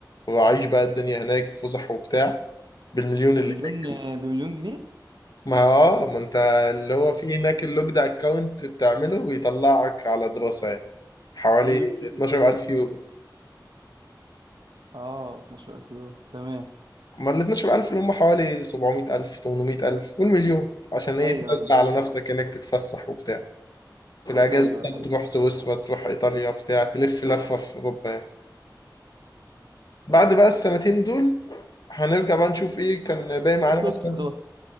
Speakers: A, on the left (about 60°); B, on the right (about 75°).
A: واعيش بقى الدنيا هناك فسح وبتاع بالمليون اللي
B: بمليون آه،
A: هناك
B: بمليون جنيه
A: ما هو آه، ما انت اللي هو في هناك اللوجد اكونت بتعمله بيطلعك على دراسة يعني حوالي
B: مليون جنيه كتير
A: 12000
B: بس
A: يورو
B: اه 12000 يورو تمام
A: ما ال 12000 اللي هم حوالي 700000 800000 والمليون عشان ايه
B: ايوه
A: تنزل
B: ايوه
A: على نفسك
B: صح.
A: انك تتفسح وبتاع في الاجازة
B: ايوه
A: مثلا
B: ايوه
A: تروح سويسرا تروح ايطاليا بتاع تلف لفة في اوروبا بعد بقى السنتين دول هنرجع بقى نشوف ايه كان باقي معانا
B: الفلوس خلصت
A: مثلا
B: خلاص